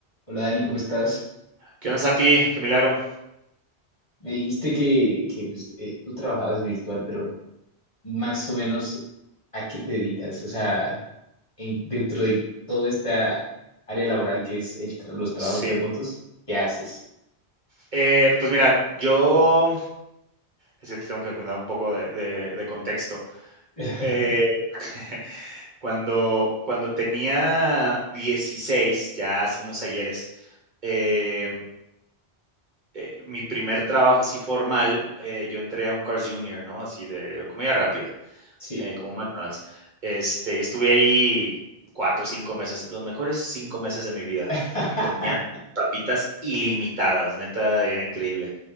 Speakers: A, on the left; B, on the right.
A: Hola Dani, ¿cómo estás?
B: ¿Qué onda, Santi? Qué milagro.
A: Me dijiste que, que, pues, eh, tú trabajabas virtual, pero más o menos ¿a qué te dedicas? O sea, en- dentro de toda esta área laboral que es el tra- los trabajos
B: Sí.
A: remotos, ¿qué haces?
B: Eh, pues mira, yo es que te tengo que contar un poco de, de- de contexto.
A: <laughs>
B: Eh, <laughs> cuando, cuando tenía 16, ya hace unos ayeres, eh, eh, mi primer trabajo así formal, eh, yo entré a un Cars Junior, ¿no? Así de comida rápida.
A: Sí.
B: Eh, como un McDonald's. Este, estuve ahí 4 o 5 meses, los mejores 5 meses de mi vida,
A: <laughs>
B: porque comía papitas ilimitadas, neta, era increíble.